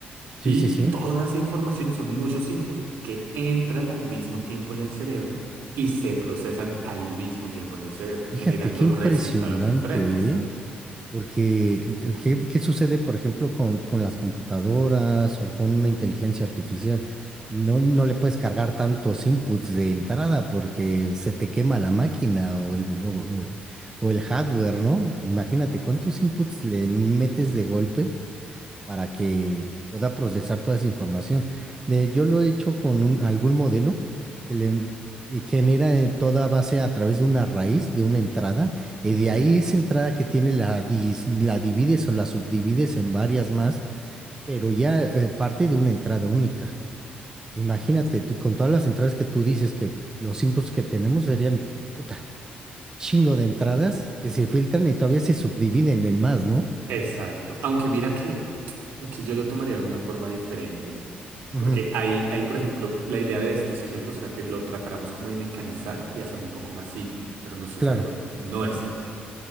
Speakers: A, on the right; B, on the right.
A: Sí,
B: Y
A: sí, sí.
B: toda esa información son muchos inputs que entran al mismo tiempo en el cerebro y se procesan al mismo tiempo en el cerebro, generando
A: Fíjate, qué impresionante,
B: resultados diferentes.
A: ¿eh? Porque, ¿qué, qué sucede, por ejemplo, con, con las computadoras o con una inteligencia artificial? No, no le puedes cargar tantos inputs de entrada porque se te quema la máquina o el, o, o- o el hardware, ¿no? Imagínate cuántos inputs le metes de golpe para que pueda procesar toda esa información. De, yo lo he hecho con un- algún modelo que le y genera eh, toda base a través de una raíz, de una entrada, y
B: Ok,
A: de ahí esa entrada que tiene la, dis- la divides o la subdivides en varias más, pero ya eh, parte de una entrada única. Imagínate, tú, con todas las entradas que tú dices que los inputs que tenemos serían, puta, chingo de entradas que se filtran y todavía se subdividen en más, ¿no?
B: Exacto. Aunque mira que aquí yo lo tomaría de una forma diferente,
A: Ujú,
B: porque ahí, ahí, por ejemplo, la idea de estos ejemplos será que lo tratáramos como de mecanizar y hacerlo un poco más simple, pero nuestro
A: claro,
B: cerebro no es simple.